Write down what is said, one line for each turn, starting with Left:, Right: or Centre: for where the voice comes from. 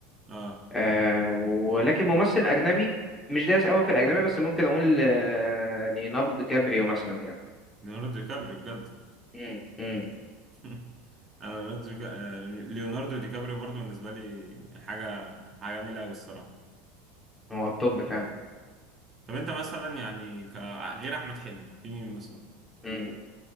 Right: اه
Centre: آه ولكن ممثل أجنبي مش دايس قوي في الأجنبي بس ممكن أقول آه ليوناردو دي كابريو مثلا يعني
Right: ليوناردو دي كابريو بجد
Centre: مم. مم.
Right: <laughs> انا ليوناردو دي كا- آه، ليوناردو دي كابريو برضو بالنسبه لي حاجه حاجه جميله قوي الصراحه
Centre: هو الطب فعلا
Right: طب انت مثلا يعني ك... غير احمد حلمي في مين مثلا
Centre: مم.